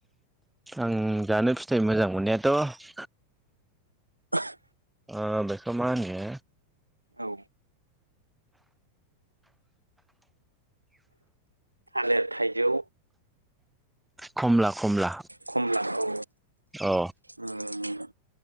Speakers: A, in the centre; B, on the right (about 80°).
A: आं जानो फिथाइ मोजां मोननायाथ'
B: <inaudible>
A: आ बेखो माहोनो
B: औ थालेर थाइजौ
A: खमला खमला
B: खमला औ
A: अ
B: उम